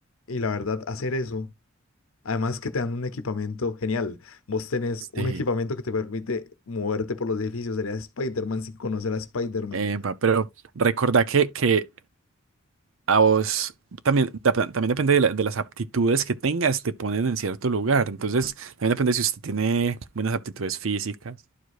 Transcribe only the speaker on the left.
y la verdad, hacer eso, además que te dan un equipamiento genial, vos tenés
un equipamiento que te permite moverte por los edificios, sería Spider-Man sin conocer a Spider-Man.